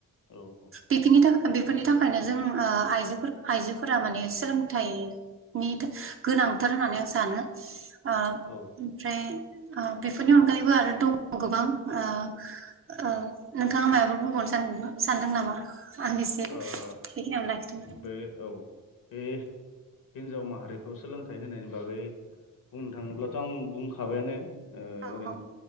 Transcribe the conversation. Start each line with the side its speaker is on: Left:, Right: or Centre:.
Left: औ औ
Right: बेफोरनि थाखाय बेफोरनि थाखायनो जों ओ आइजोफोर- आइजोफोरा माने सोलोंथाइनि गो -गोनांथार होननानै आं सानो ओ
Left: औ
Right: इमफ्राय ओ बेफोरनि अनगायैबो आरो दङ' गोबां ओ - ओ नोंथाङा मायबाफोर बुंबावनो सा‌ सान-सानदों नामा आं एसे बेखिनियावनो
Left: ओ
Right: लाखिथ'नो
Left: बे औ बे हिनजाव माहारिखौ सोलोंथाइ होनायनि बागै बुंनो थाङोब्लाथ' आं बुंखाबायानो ओ
Right: औ
Left: ओरैनो
Right: औ